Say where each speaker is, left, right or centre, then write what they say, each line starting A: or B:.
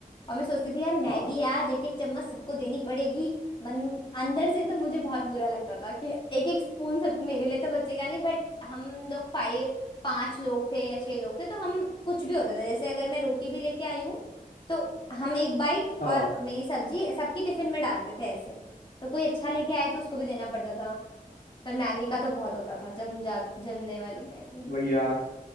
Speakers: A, on the left; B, on the left.
A: और मैं सोचती थी यार मैगी
B: हाँ
A: आज एक एक चम्मच सबको देनी पड़ेगी मन अंदर से तो मुझे बहुत बुरा लगता था कि एक एक स्पून सब मेरे लिए तो बचेगा नहीं बट हम लोग फाइव पांच लोग थे या छह लोग थे तो हम कुछ भी होता था जैसे अगर मैं रोटी भी लेके आई हूँ तो हम एक बाइट
B: हाँ
A: और मेरी सब्जी सबकी टिफिन में डालते थे ऐसे तो कोई अच्छा लेके आए तो उसको भी देना पड़ता था पर मैगी का तो बहुत होता था जम जा जमने वाली मैगी
B: वही यार